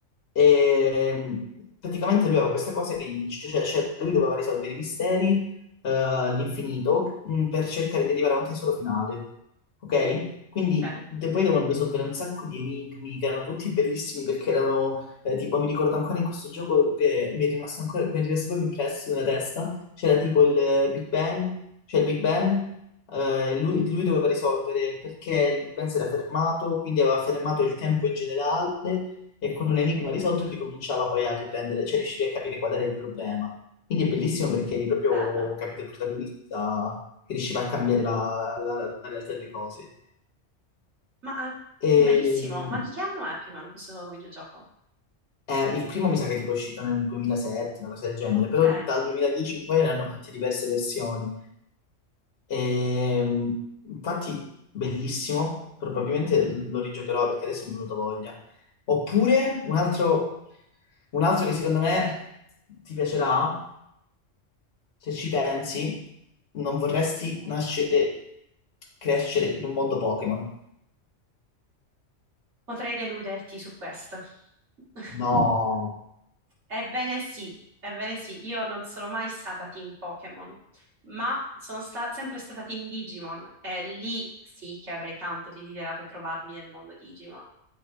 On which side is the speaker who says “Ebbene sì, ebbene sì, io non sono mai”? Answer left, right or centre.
Right